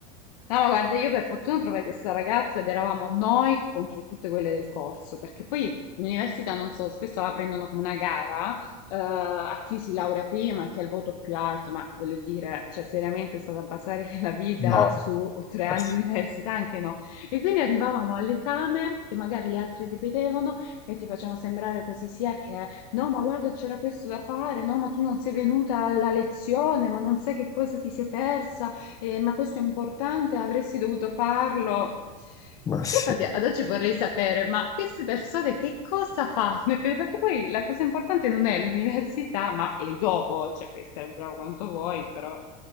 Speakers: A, on the left; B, on the left.
A: No, ma guarda, io per fortuna trovai questa ragazza ed eravamo noi contro tutte quelle del corso, perché poi l'università, non so, spesso la prendono come una gara, eh, a chi si laurea prima, a chi ha il voto più alto, ma voglio dire, cioè seriamente è stata basare <laughs> la vita
B: No,
A: su tre
B: ma
A: anni
B: s-
A: di università, anche no. E quindi arrivavamo all'esame, che magari le altre ripetevano, e ti facevano sembrare quasi sia che, no, ma guarda, c'era questo da fare, no, ma tu non sei venuta alla lezione, ma non sai che cosa ti sei persa eh, ma questo è importante, avresti dovuto farlo.
B: ma sì.
A: Io Infatti ad oggi vorrei sapere, ma queste persone che cosa fanno? <laughs> Perché poi la cosa importante non è l'università, ma è il dopo, cioè puoi essere bravo quanto vuoi, però